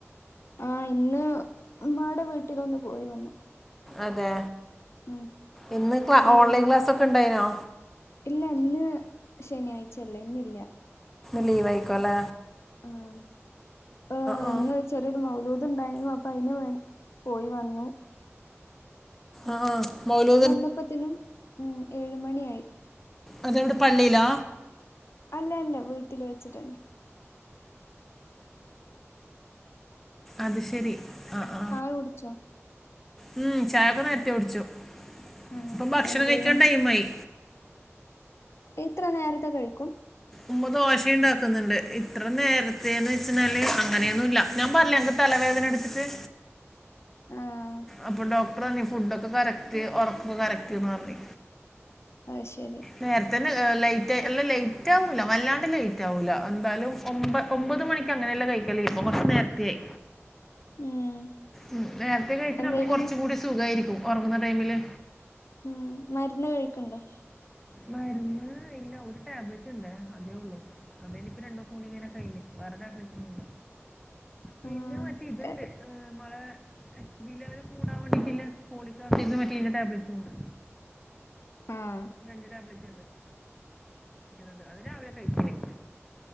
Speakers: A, on the left; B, in the centre.
A: ആ ഇന്ന് ഉമ്മാടെ വീട്ടിലൊന്ന് പോയി വന്നു
B: അതെ
A: ഉം
B: ഇന്ന് ക്ലാ
A: അവിടെ
B: ഓൺലൈൻ ക്ലാസ്സൊക്കെ ഉണ്ടായിനോ
A: ഇല്ല അന്ന് ശനിയാഴ്ചയല്ലേ ഇന്നില്ല
B: ലീവൈക്കോല
A: ആ <unintelligible>
B: ആ
A: ചെറിയൊരു മൗലയദം ഉണ്ടായിരുന്നു അപ്പൊ അതിന് വേ പോയി വന്നു
B: ആഹ് മൗലുത്
A: വന്നപ്പത്തിനും ഉ ഏഴ മണിയായി
B: അതെവിടെ പള്ളിയിലാ?
A: അല്ല അല്ല വീട്ടിൽ വെച്ചിട്ടന്നെ
B: അത് ശരി ആ ആ
A: <unintelligible> ടിച്ചോ
B: ഉം ചായൊക്കെ നേരത്തെകുടിച്ചു
A: ആണോ
B: ഇപ്പൊ ഭക്ഷണം
A: എന്തേലും
B: കഴിക്കാൻ ടൈം ആയി
A: എത്ര നേരത്തെ കഴിക്കും
B: ഉുമ്മ ദോശുണ്ടാക്കുന്നുണ്ട് ഇത്ര നേരത്തെേന്ന് വെച്ചാല് അങ്ങനെയൊന്നും ഇല്ല ഞാൻ പറ തലവേദന എടുത്തിട്ട്
A: ആഹ
B: അപ്പൊ ഡോക്ടർ പറ ഫുഡൊക്കെ കറക്റ്റ് ഉറക്കൊ കറക്റ്റ്ന്ന് പറഞ്ഞ
A: അ ശരി
B: നേരത്ത തന്നെ ലൈറ്റായി അല്ല ലേറ്റ് ആവൂല്ല വല്ലാണ്ട് ലേറ്റ് ആവൂല്ല എന്തായാലും ഒമ്പത് ഒമ്പത് മണിക്ക് അങ്ങനെയല്ല കഴിക്കല ഇപ്പംകുറച്ചു നേരത്തിയായി
A: ഉം
B: ഉ നേരത്തെ കഴിച്ചട്ട്
A: എന്തേലും
B: നമുക്ക് കുറച്ച കൂടി സുഖമായിരിക്കും ഉറങ്ങുന്ന ടൈമില്
A: ഉം മരുന്ന് കഴക്കണ്ടോ?
B: മരുന്ന് ഇല്ല ഒരു ടാബ്ലറ്റ് ഉണ്ട് അതേ ഉള്ളൂ അതായനി ഇപ്പൊ രണ്ട ദിവസം കൂടി ഇങ്ങനെ കഴി <unintelligible> വേറെ ടാബ്‌ലറ്റന്നുമില്ല പിന്നെ
A: ആഹ്
B: മറ്റ ഇതുണ്ട്
A: ഏഹ്
B: മ്മ്ള് തി അവര് കൂടാൻ വേണ്ടിട്ടില്ല പോളിക്കാസ മറ്റ ടാബലറ്റും ഉണ്ട്
A: ആഹ
B: രണ്ട് ടാബ്ലറ്റ് ഉണ്ട് അത് രാവിലെ കഴിക്കണേ